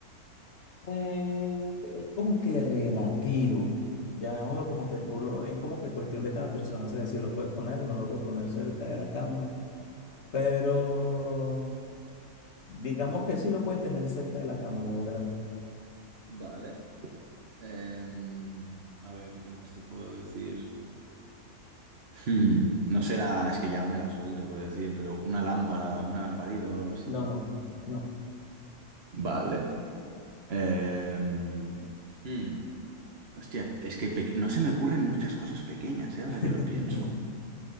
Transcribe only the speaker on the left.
Eh, es como que relativo. Llamémoslo como que tú lo, es como que cuestión de cada persona, ¿sabes? Si lo puedes poner, no lo puedes poner cerca de la cama, pero digamos que sí lo puedes tener cerca de la cama, la verdad.
No, no, no.
<laughs>